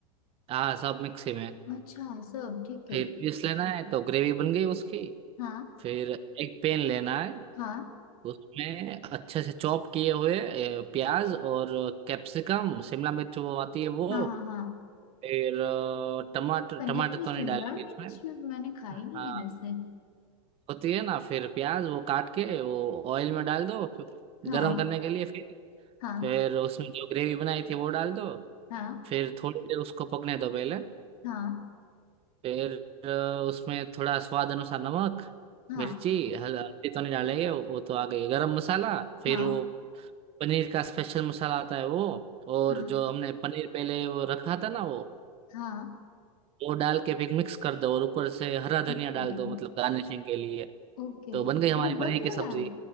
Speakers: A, on the right (about 30°); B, on the left (about 70°).
A: हाँ सब मिक्सी में
B: अच्छा सब ठीक है
A: फिर पीस लेना है तो ग्रेवी बन गई उसकी
B: हाँ
A: फिर एक पेन लेना है
B: हाँ
A: उसमें अच्छे से चॉप किए हुए ए, प्याज और कैप्सिकम शिमला मिर्च वो आती है वो
B: हाँ हाँ हाँ
A: फिर अ, टमाटर
B: पनीर
A: टमाटर
B: में
A: तो
B: शिमला
A: नहीं डालेंगे
B: मिर्च
A: इसमें
B: मैंने खाई
A: हाँ
B: नहीं है वैसे
A: होती है ना फिर प्याज वो काट के वो ऑयल में डाल दो फिर
B: हाँ
A: गरम करने के लिए फिर
B: हाँ
A: फिर उसमें जो ग्रेवी बनाई थी वो डाल दो
B: हाँ
A: फिर थोड़ी देर उसको पकने दो पहले
B: हाँ
A: फिर अ, उसमें थोड़ा स्वाद अनुसार नमक
B: हाँ
A: मिर्ची हल- हल्दी तो नहीं डालेंगे वो वो तो आ गई गरम मसाला फिर
B: हाँ
A: वो पनीर का स्पेशल मसाला आता है वो और
B: हाँ
A: जो हमने पनीर पहले वो रखा था ना वो
B: हाँ
A: वो डाल के फिर मिक्स कर दो और ऊपर से हरा धनिया
B: हाँ
A: डाल दो मतलब गार्निशिंग के लिए
B: ओके
A: तो बन
B: मतलब
A: गई हमारी
B: बन
A: पनीर की
B: गया
A: सब्जी